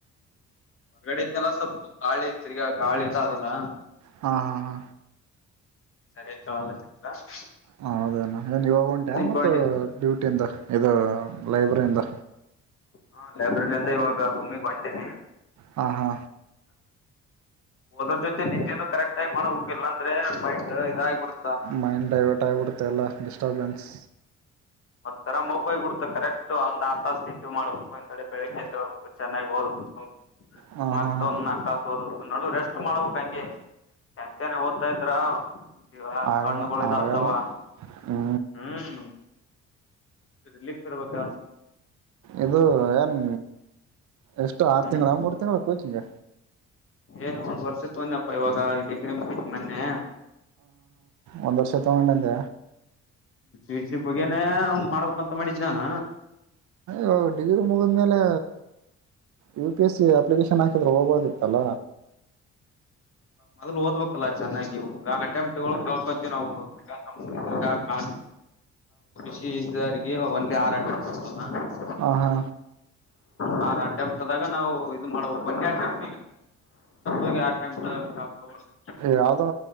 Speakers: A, on the left; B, on the right.
A: ಹೊರ್ಗಡೆ ಇದಐನಲ್ಲ ಸ್ವಲ್ಪ ಗಾಳಿ ಐ ತಿರ್ಗ ಗಾಳಿ ಅದಲ್ಲ
B: ಹಾ ಹಾ ಹಾ
A: ಸರಿಯ ಕವಲ್ಲ ಸಿಕ್
B: ಹ ಅದೇನ ನ್ ಇವಾಗ ಒಂಟ ಮ
A: ತಗೊಂಡಿದ್ದು
B: ಡ್ಯೂಟಿದ ಇ ಲೈಬ್ರರಿ ಎಂದ
A: ಹಾ ಲೈಬ್ರರಿ ಅಂದ ಇವಾಗ ರೂಮಿಗ್ ಬಂತನಿ
B: ಹಾ ಹಾ
A: ೋದ್ರ ಜೊತೆ ನಿಜೆನುೂ ಕರೆಕ್ಟ್ ಟೈಮ್ ಮಾಡ ಹೋಗಕ್ಕಿಲ್ಲ ಅಂದ್ರೆ ಮೈಟ್ ಇದಾಗಬಿಡ್ತ
B: ಮೈಂಡ್ ಡೈವರ್ಟ್ ಆಗಿಬಿಡ್ತ ಎಲ್ಲ ಡಿಸ್ಟರ್ಬೆನ್ಸ್
A: ಒಂತರ ಮೊಬೈಲ್ ಬಿಡ್ತು ಕರೆಕ್ಟ್ ಒಂದ್ ಆ ತಸ್ ಮಾಡ್ಬೇಕು ಇಂತಥಡೆ ಬೆಳಗ್ಗಬೇಕು ಚೆನ್ನಾಗಿ ಹಓದ್ಬೇಕು ಹಾ
B: ಹಾಂ
A: ಮತ್ತ
B: ಹಾಂ ಹಾಂ
A: ಒಂದ ನಾಕ್ ತಾಸ ಓದ್ಕ್ು ನಡು ರೆಸ್ಟ್ ಮಾಡ್ಬೇಕಕ್ ಹಂಗೆ ಎಂತನೆ ಓದ್ತಾ ಇದ್ರ ಈ
B: ಆಗ
A: ಕಣ್ಣುಗಳಳಿದತವಾ
B: ಆಗಲ್ಲ ಹ್ಞೂ
A: ಹ್ಮ್ ರಿಲೀಫ್ ಬರಬೇಕ
B: ಇದು ಏನ್ ಎಷ್ಟು ಆರು
A: ಹ್ಮ್
B: ತಿಂಗಳು ಮೂರು ತಿಂಳ ಕೋಚಿಗೆ
A: ಏ ಒಂದ್ ವರ್ಷತ್ ಒನ್ಪ್ಪ ಇವಾಗ ಡಿಗ್ರಿ ಮುತಿ ಮೊನ್ನೆ
B: ಒಂದಂದು ವರ್ಷ ತ ಮೊಂಡಿಂದ
A: ವಿಸಿ ಮುಗೇನೇ ಮಾಡ್ಬೇಕಂತ ಮಾಡಿದ್ದ ನಾನ
B: ವಾಗ ಡಿಗ್ರಿ ಮುಗಿದ್ಮೇಲೆ ಯು ಪಿ ಎಸ್ಸ ಅಪ್ಲಿಕೇಶನ್ ಹಾಕಿದ್ರೆ ಹೋಗೋದಿತ್ತಲ್ಲ
A: ಮೊದ್ಲು ಓದ್ಬೇಕಲ್ಲ ಚೆನ್ನಾಗಿ ಅಟೆಂಪ್ಟ್ಗಳುಕಳ್ಕಂತವಿ ನಾವು ಈ ನ ಕ ಹಷರಿಗೆ ಒಂದ್ ಆರಾಟ ಮಾಡ್ತವ
B: ಹ ಹಾ
A: ಹ ರ ಒಂದೇ ಅಟೆಂಟ್ಗ ನಾವು ಇದು ಮಾಡ್ಬೇಕ ಬನ್ಯ ಅಟೆಂ ಈಗಂ ಹಾಕೋಬಾರ್ದು
B: ಯಾವವು್ದೋ